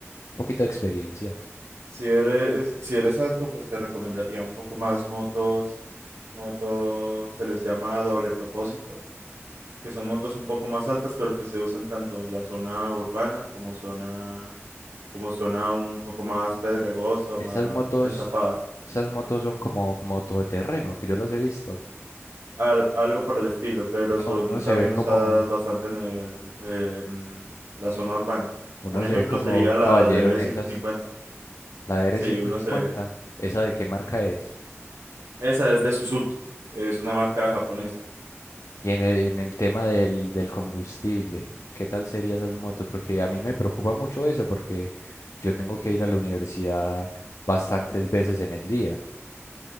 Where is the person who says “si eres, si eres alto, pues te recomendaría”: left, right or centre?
Right